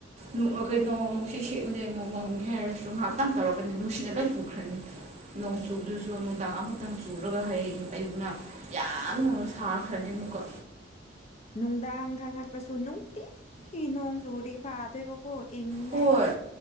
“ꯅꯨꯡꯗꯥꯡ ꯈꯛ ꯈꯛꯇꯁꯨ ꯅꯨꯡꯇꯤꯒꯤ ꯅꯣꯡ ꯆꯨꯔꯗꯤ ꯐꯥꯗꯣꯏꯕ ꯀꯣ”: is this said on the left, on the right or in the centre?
Left